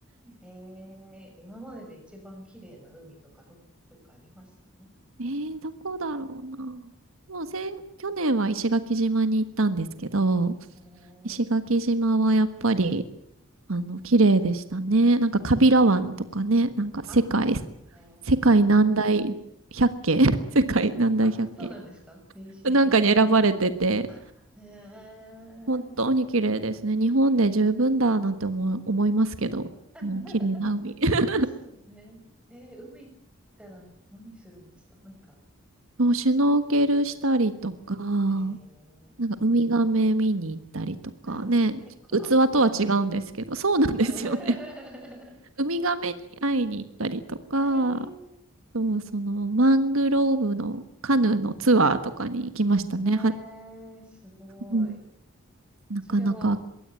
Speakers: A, in the centre; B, on the right.
A: ええ今までで一番綺麗な海とかど、どっかありますか
B: えー、どこだろうな。もう先、去年は石垣島に行ったんですけど、
A: ええ
B: 石垣島はやっぱり、あの、綺麗でしたね。なんか、カビラ湾とかね、なんか、世界、
A: あ、え
B: 世界何大百景
A: え
B: <laughs> 世界何大百景
A: あ、そうなんですかえー知らなかった。
B: なんかに選ばれてて、
A: あ、へえ。
B: 本当に綺麗ですね。日本で十分だなんて思い、思いますけど、
A: <laughs>
B: もう綺麗な海。
A: そうですよね。
B: <laughs>
A: えー、海行ったら何するんですかなんか、
B: もう、シュノーケルしたりとか、
A: えー、
B: なんかウミガメ見に行ったりとかね、
A: あ、結構アクティブですね。
B: 器とは違うんですけど、そうなんですよね。
A: <laughs> え
B: <laughs> ウミガメに会いに行ったりとか、
A: ー、
B: そとそのマングローブのカヌーのツアーとかに行きましたね。
A: うん
B: は、
A: えー、すごい。
B: うん、なかなか、
A: それは